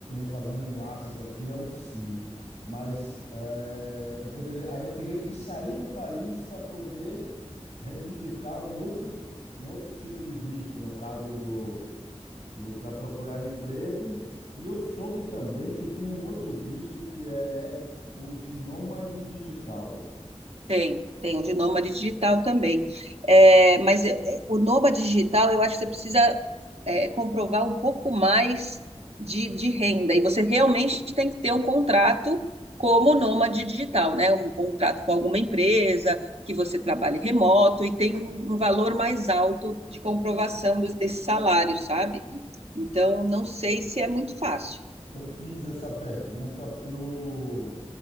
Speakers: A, on the left; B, on the right.
A: fazendo enlaces aqui, é um se mas é, eu poderia. Aí eu teria que sair do país para poder reivindicar um outro, um outro tipo de visto, no caso do, do para procurar emprego. E eu soube também que tem um outro visto que é o de nômade digital.
B: Tem, tem o de nômade digital também. É, mas eu- é, o nômade digital, eu acho que você precisa é, comprovar um pouco mais de, de renda. E você realmente tem que ter um contrato como nômade digital, né? Um contrato com alguma empresa, que você trabalhe remoto e tem um, um valor mais alto de comprovação dos, desse salário, sabe? Então, não sei se é muito fácil.
A: Eu fiz essa pergunta pro